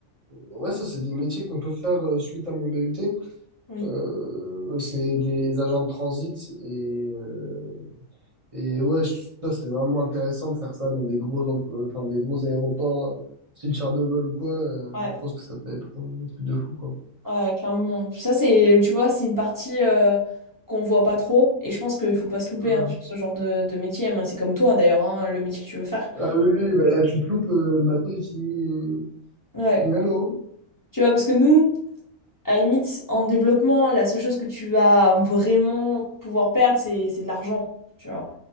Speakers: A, on the right; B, on the left.
A: ouais, ça, c'est des métiers qu'on peut faire euh, suite à mon BUT.
B: Oui.
A: Euh, c'est des agents de transit et, euh, et ouais, je- ça c'est vraiment intéressant de faire ça dans des gros, em- euh, enfin, des gros aéroports, euh, style Charles de Gaulle ou quoi. euh,
B: Ouais,
A: je pense que ça peut être euh, un truc de fou quoi.
B: ouais, clairement. Ça, c'est, tu vois, c'est une partie euh, qu'on voit pas trop. Et je pense qu'il faut pas se louper
A: Euh,
B: hein, sur ce genre de, de métier. Moi, C'est comme toi, d'ailleurs, hein, le métier que tu veux faire.
A: Ah oui, oui, bah là tu te loupes, euh, le bateau il finit,
B: Ouais.
A: finit à l'eau.
B: Tu vois, parce que nous, à la limite, en développement, la seule chose que tu vas vraiment pouvoir perdre, c'est c'est de l'argent. tu vois.